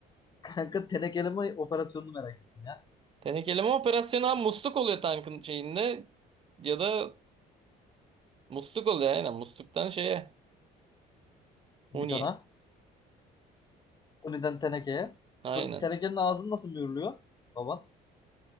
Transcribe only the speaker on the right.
Tenekeleme operasyonu ha musluk oluyor tankın şeyinde ya da Musluk oluyor aynen. Musluktan şeye. Huniye.
Aynen.